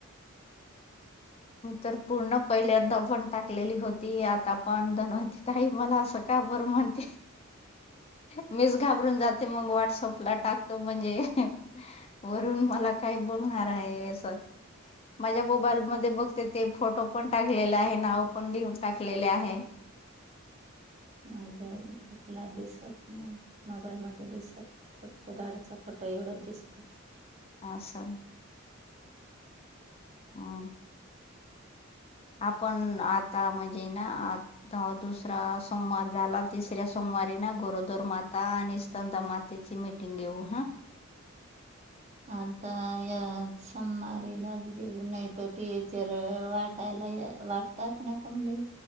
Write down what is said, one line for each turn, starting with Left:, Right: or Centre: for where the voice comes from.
Left: तर पूर्ण पहिल्यांदा पण टाकलेली होती. आता पण दनवती. काही मला असं का बरं म्हणते. मीच घाबरून जाते, मग व्हाॅट्सअपला टाकतो म्हणजे. वरून मला काय बोलणार आहे. अस माझ्या मोबाईल म बघते ते फोटो पण टाकलेले आहे. नाव पण लिहून टाकलेले आहे.
Right: माझ्या ग्रुपला दिसत नाही. मोबाईल मध्ये दिसत आहे. फक्त बाडचा फोटो एवढाच दिसतो.
Left: हा असं हा. आपण आता म्हणजे ना, दुसरा सोमवार झाला. तिसऱ्या सोमवारी ना, गरोदर माता आणि स्तंद मातेची मिटिं टिंग घेऊ ह.
Right: आता या समारी लाग बे नाही तर ते टिचर वाट. त्यायला वाटतात ना कमली.